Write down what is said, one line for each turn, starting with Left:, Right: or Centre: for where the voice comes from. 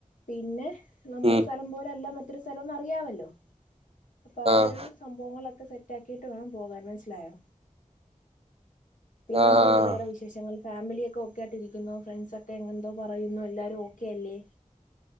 Left: പിന്നെ നമ്മടെ
Right: ഉം
Left: സ്ഥലം പോലല്ല മറ്റ ഇത്തിരി സ്ഥലോന്ന് അറിയാവല്ലോ അപ്പൊ ആ
Right: ആഹ്
Left: ഒരു സംഭവങ്ങളൊക്കെ ക്കെ സെറ്റാക്കിട്ട് വേണം പോകാൻ മനസ്സിലായോ പിന്നെ
Right: ആഹ്
Left: എന്തുണ്ട് വേറെ വിശേഷങ്ങൾ ഫാമിലിയൊക്കെ ഓക്കെ ആയിട്ടിരിക്കുന്നു ഫ്രണ്ട്സ ഒക്കെ എന്തോ പറയുന്നു എല്ലാരും ഓക്കെ അല്ലേ